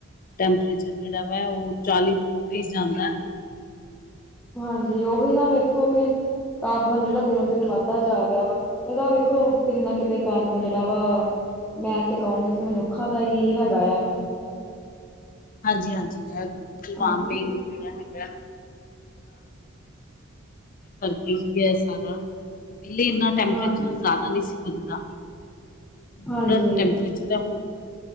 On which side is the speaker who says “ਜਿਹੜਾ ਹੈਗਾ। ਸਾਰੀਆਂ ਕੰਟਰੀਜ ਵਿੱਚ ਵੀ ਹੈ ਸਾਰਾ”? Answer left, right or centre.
Left